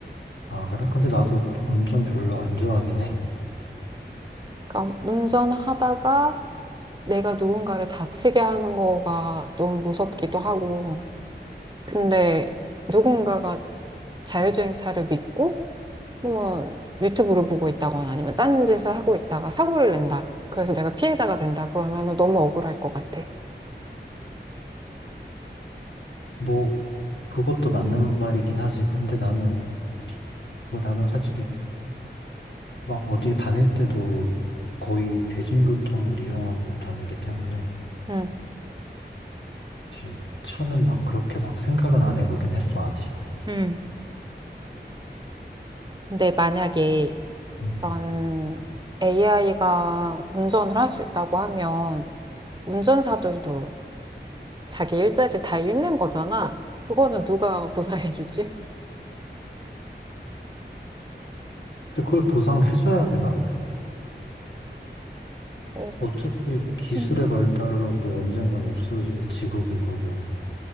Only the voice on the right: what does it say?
그러니까 운전하다가 내가 누군가를 다치게 하는 거가 너무 무섭기도 하고. 근데 누군가가 자율주행차를 믿고, 뭐, 유튜브를 보고 있다거나 아니면 짠 짓을 하고 있다가 사고를 낸다. 그래서 내가 피해자가 된다. 그러면 너무 억울할 것 같아.
응,
응. 근데 만약에
그런 AI가 운전을 할 수 있다고 하면 운전사들도 자기 일자리를 다 잃는 거잖아. 그거는 누가 보상해주지?
어,
음.